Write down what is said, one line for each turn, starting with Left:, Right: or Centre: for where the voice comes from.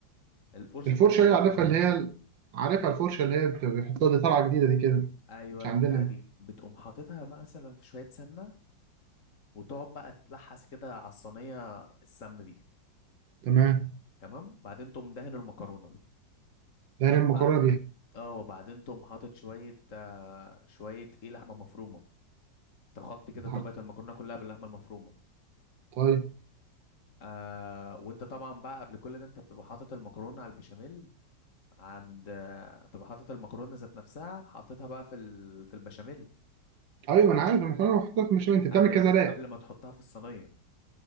Left: الفرشه
Right: الفرشه
Left: بتاعت المطبخ
Right: هي عارفها اللي هي عارفها الفرشه اللي هي بت- بيحطوها دي طالعه جديده دي كده
Left: ايوه
Right: مش عندنا
Left: البتاعه
Right: دي
Left: دي بتقوم حاططها بقى مثلا في شويه سمنه وتقعد بقى تلحس كده على الصينيه السمنه دي
Right: تمام
Left: تمام بعدين تقوم دهن المكرونه
Right: ده هي المكرونه
Left: بعدين اه بعدين تقوم حاطط شويه آه، شويه ايه لحمه مفرومه تغطي كده
Right: بيها
Left: طبقه المكرونه كلها باللحمه المفرومه
Right: طيب
Left: آه وانت طبعا بقى قبل كل ده انت بتبقى حاطط المكرونه على البشاميل عند آه، بتبقى حاطط المكرونه ذات نفسها حاططها بقى في ال... في البشاميل
Right: ايوه انا عارف انا فاهم حطيت بشاميل انت بتعمل
Left: قبل ما
Right: كذا
Left: ت-
Right: لا
Left: قبل ما تحطها في الصينيه